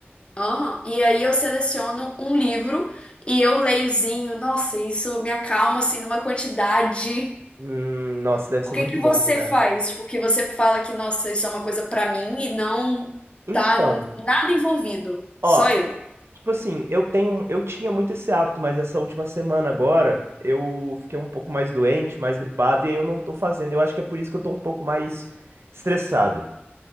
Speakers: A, on the left; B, on the right.
A: Aham. E aí eu seleciono um livro e eu leiozinho. Nossa, isso me acalma, assim, numa quantidade.
B: Hum, nossa, deve
A: O
B: ser
A: que
B: muito
A: que
B: bom,
A: você
B: cara.
A: faz? Tipo, que você fala que, nossa, isso é uma coisa pra mim e não
B: Então,
A: tá nada envolvido.
B: ó,
A: Só eu.
B: tipo assim, eu tenho, eu tinha muito esse hábito, mas essa última semana agora eu fiquei um pouco mais doente, mais gripado, e aí eu não tô fazendo. Eu acho que é por isso que eu tô um pouco mais estressado.